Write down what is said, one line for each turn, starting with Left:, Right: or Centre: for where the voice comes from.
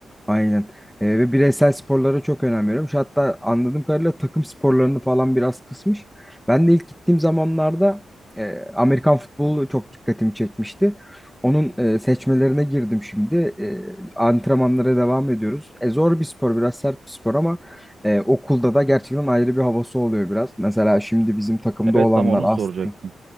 Centre: Aynen. E, ve bireysel sporlara çok önem veriyormuş. Hatta anladığım kadarıyla takım sporlarını falan biraz kısmış. Ben de ilk gittiğim zamanlarda e, Amerikan futbolu çok dikkatimi çekmişti. Onun e, seçmelerine girdim şimdi. E, antrenmanlara devam ediyoruz. E, zor bir spor, biraz sert bir spor ama e, okulda da gerçekten ayrı bir havası oluyor biraz. Mesela şimdi bizim takımda
Right: Evet
Centre: olanlar
Right: tam onu
Centre: aslında
Right: soracaktım.